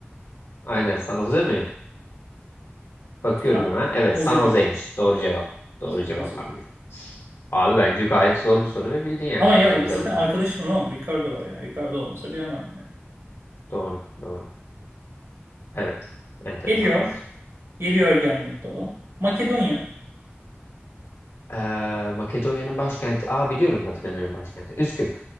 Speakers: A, on the left (about 80°); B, on the right (about 80°).
A: Aynen San Jose mi? Bakıyorum
B: San
A: hemen. Evet,
B: Jose
A: San Jose'ymiş.
B: diyorum.
A: Doğru cevap. Doğru
B: San
A: cevap
B: Jose
A: abi.
B: diyorum.
A: Abi bence gayet zor bir soru ve bildin yani
B: Ama
A: Costa
B: ya
A: Rica'nın
B: bu zaten
A: başına.
B: arkadaşım var oğlum. Ricardo var ya. Ricardo olmasa bilemem bile.
A: Doğru, doğru. Evet, enteresan
B: Geliyor.
A: bir yer.
B: Geliyor gelmekte olan. Makedonya.
A: Ee, Makedonya'nın başkenti. Aa biliyorum Makedonya'nın başkenti. Üsküp.